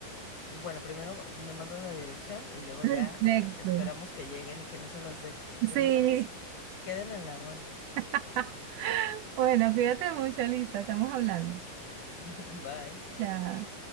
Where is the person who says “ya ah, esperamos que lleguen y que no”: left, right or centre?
Left